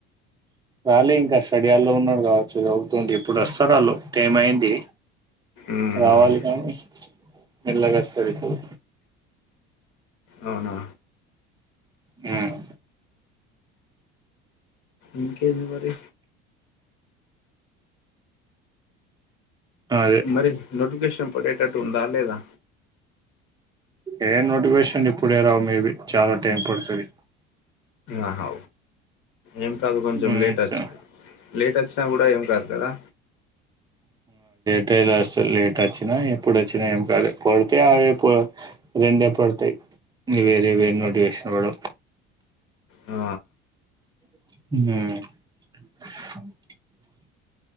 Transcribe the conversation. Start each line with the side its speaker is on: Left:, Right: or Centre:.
Right: కానీ ఇంకా స్టడీయాల్లో ఉన్నారుడు కావచ్చు చవుతుంది ఇప్పుడు వస్తారు వాళ్ళు టైం అయింది
Left: మ్మ్.
Right: రావాలి కానీ మెల్లగా వస్తారు ఇప్పుడు
Left: అవునా
Right: మ్మ్
Left: ఇంకేంది మరి
Right: అదే
Left: మరి నోటిఫికేషన్ పడేటట్టు ఉందా లేదా
Right: ఏ నోటిఫికేషన్ ఇప్పుడే రావు మేబి చాలా టైం పడతది
Left: ఆహా ఏం కాదు కొంచెం
Right: ఉమ్
Left: లేట్ వచ్చ లేట్ వచ్చినా కూడా ఏం కాదు కదా
Right: ట్రైలస్ లేట్ వచ్చినా ఎప్పుడు వచ్చినా ఏం కాదు పడితే అవే రెండే పడతాయి నువు వేరే వేర నోటివేషన్ ఇవ్వడం
Left: ఆ,
Right: హ్మ్